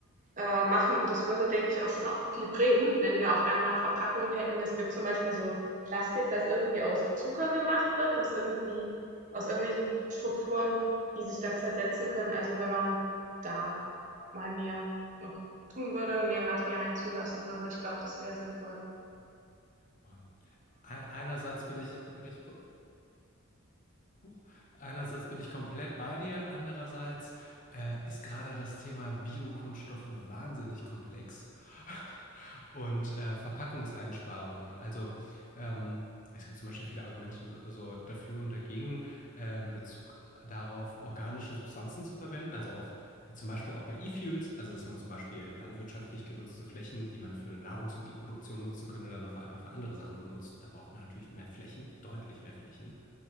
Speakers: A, on the right (about 35°); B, on the left (about 35°).
A: äh, machen und das würde, denke ich, auch schon viel bringen, wenn wir auf einmal Verpackungen hätten. Es gibt zum Beispiel so Plastik, das irgendwie aus Zucker gemacht wird, das irgendwie aus irgendwelchen Strukturen, die sich dann zersetzen können. Also wenn man da mal mehr noch tun würde, mehr Materialien zulassen würde, ich glaube, das wäre sinnvoll.
B: Ein- Einerseits bin ich, bin ich, Buch. Einerseits bin ich komplett bei dir, andererseits äh, ist gerade das Thema Biokunststoffe wahnsinnig komplex <laughs> und äh, Verpackungseinsparungen. Also ähm, es gibt zum Beispiel viele Argumente so so dafür und dagegen äh, in Bezug darauf, organische Substanzen zu verwenden. Also auch jetzt zum Beispiel auch bei E-Fuels, also dass man zum Beispiel landwirtschaftlich genutzte Flächen, die man für Nahrungsmittelproduktion nutzen könnte, dann auf einmal für andere Sachen benutzt. Dann braucht man natürlich mehr Flächen, deutlich mehr Flächen.